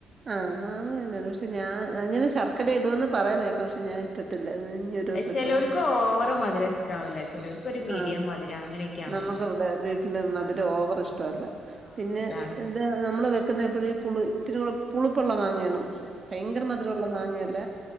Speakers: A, on the right; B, on the left.
A: ആ <unintelligible> ഞാൻ അങ്ങനെ ശർക്കര ഇടുവെന്ന് പറയുന്ന കേക്കാം പക്ഷേ ഞാൻ ഇട്ടിട്ടില്ല ഇനി ഒരു ദിവസം
B: ചിലവർക്ക്
A: ഇട്ടു നോക്കാം
B: ഓവർ മധുരം ഇഷ്ടാവില്ല ചിലവർക്ക് ഒരു മീഡിയം
A: ആ
B: മധുരം അങ്ങനെയൊക്കെയാണല്ലോ
A: നമുക്ക് ഇവിടെ വീട്ടില് മധുരം
B: ആ
A: ഓവർ ഇഷ്ടമില്ല
B: ആ
A: പിന്നെ
B: അതാണ്
A: എന്താ നമ്മള് വെക്ക് <unintelligible> പുളി ഇത്തിരി കൂടെ പുളി പുളിപ്പുള മാങ്ങേണം ഭയങ്കര മധുരമുള്ള മാങ്ങയല്ല